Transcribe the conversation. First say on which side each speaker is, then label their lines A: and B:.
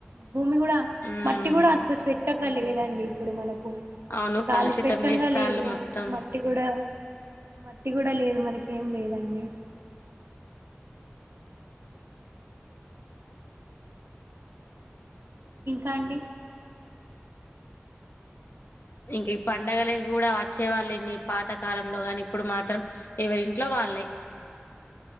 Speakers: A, on the right; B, on the left.
A: భూమి కూడా
B: ఉమ్
A: మట్టి కూడా అంత స్వేచ్ఛ కలిగేదండి. ఇప్పుడు మనకు
B: అవును
A: గాలి
B: కలుషితం
A: స్వచ్ఛంగా
B: చేస్తాళ్ళు
A: లేదు
B: మొత్తం
A: మట్టి కూడా మట్టి కూడా లేదు మనక ఏం లేదండి. ఇంకా అండి?
B: ఇంకా ఈ పండగలకి కూడా వచ్చే వాళ్ళు ఇన్ని పాతకాలంలో గాని ఇప్పుడు మాత్రం ఎవరి ఇంట్లో వాల్లే.